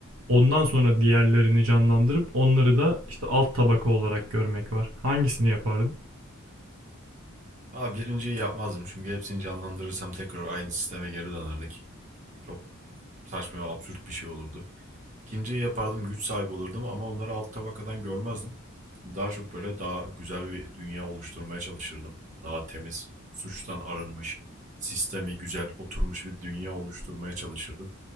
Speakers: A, on the right; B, on the right.
A: ondan sonra diğerlerini canlandırıp onları da işte alt tabaka olarak görmek var. Hangisini yapardın?
B: Ha birinciyi yapmazdım çünkü hepsini canlandırırsam tekrar aynı sisteme geri dönerdik. Çok saçma ve absürt bir şey olurdu. İkinciyi yapardım güç sahibi olurdum ama onları alt tabakadan görmezdim. Daha çok böyle daha güzel bir dünya oluşturmaya çalışırdım. Daha temiz, suçtan arınmış, sistemi güzel oturmuş bir dünya oluşturmaya çalışırdım.